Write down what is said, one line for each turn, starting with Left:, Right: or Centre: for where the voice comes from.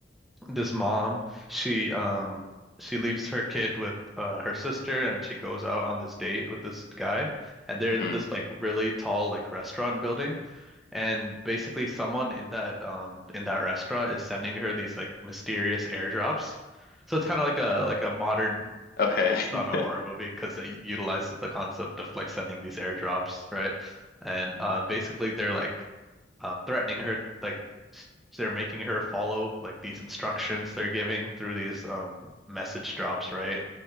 Centre: this mom she um she leaves her kid with uh, her sister, and she goes out on this date with this guy, and they're in
Left: hmm
Centre: this like really tall like restaurant building. And basically someone in that um in that restaurant is sending her these like mysterious airdrops. So it's kind of like a like a modern
Left: Okay.
Centre: twist on a
Left: <laughs>
Centre: horror movie because it utilizes the concept of like sending these airdrops, right? And um basically they're like um, threatening her, like s- they're making her follow like these instructions they're giving through these um, message drops, right?